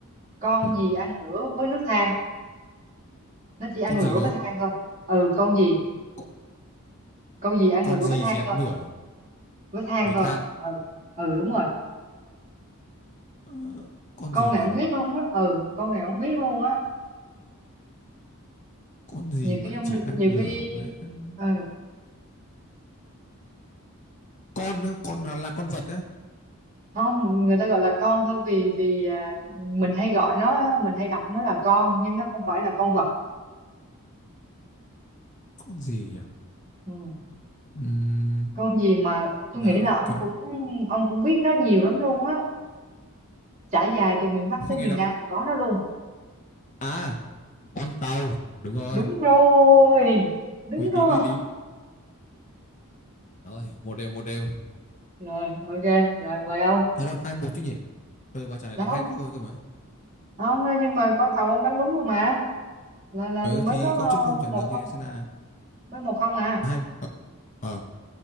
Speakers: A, on the right; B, on the left.
A: con
B: ừ.
A: gì ăn lửa với nước than nó chỉ ăn
B: Con gì
A: lửa
B: cơ?
A: với than thôi ừ con gì
B: Con,
A: con gì ăn
B: con
A: lửa
B: gì
A: với than
B: chỉ ăn
A: thôi
B: nửa
A: với than
B: với
A: thôi
B: than
A: ừ ừ đúng rồi
B: Ờ, con
A: con
B: gì
A: này
B: nhỉ
A: không biết luôn á ừ con này không biết luôn á
B: con gì
A: nhiều
B: mà
A: khi
B: lại
A: không
B: chỉ ăn
A: nhiều
B: lửa
A: khi
B: với ăn
A: ừ
B: con á con là, là con vật á
A: không người ta gọi là con thôi vì vì à, mình hay gọi nó mình hay đọc nó là con nhưng nó không phải là con vật
B: con gì nhỉ
A: ừ.
B: Ừm,
A: con gì mà tôi nghĩ
B: dao
A: là ông
B: kéo
A: cũng ông cũng biết nó nhiều lắm luôn á trải dài từ miền Bắc
B: <laughs>
A: tới miền
B: nghe đâu
A: Nam là có nó luôn
B: à con tàu đúng rồi
A: đúng rồi đúng
B: uy tín
A: rồi
B: uy tín rồi một đều một đều
A: rồi ok rồi mời ông
B: ở đâu hai một chứ nhỉ tôi bà trả lời
A: đâu
B: được hai câu thôi cơ mà
A: không nhưng mà con tàu ông đoán đúng rồi mà là là
B: ừ
A: mới
B: thì
A: có
B: câu
A: ờ,
B: trước tôi không trả lời
A: một
B: được
A: không
B: thì sẽ là
A: mới một không à
B: hai ờ ờ,